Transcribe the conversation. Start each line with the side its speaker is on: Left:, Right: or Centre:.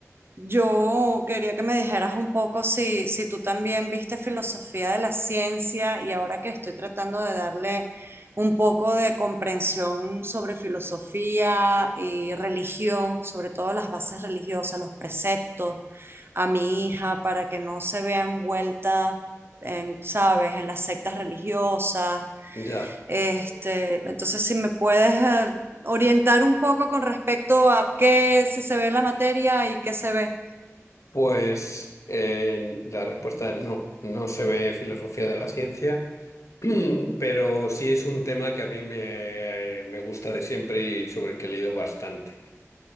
Right: Yo quería que me dijeras un poco si, si tú también viste filosofía de la ciencia y ahora que estoy tratando de darle un poco de comprensión sobre filosofía y religión, sobre todo las bases religiosas, los preceptos a mi hija para que no se vea envuelta en, sabes, en las sectas religiosas.
Left: Ya.
Right: Este, entonces, si me puedes eh, orientar un poco con respecto a qué, si se ve en la materia y qué se ve.
Left: Pues eh, la respuesta es no. No se ve filosofía de la ciencia, <clears throat> pero sí es un tema que a mí me, me gusta de siempre y sobre el que he leído bastante.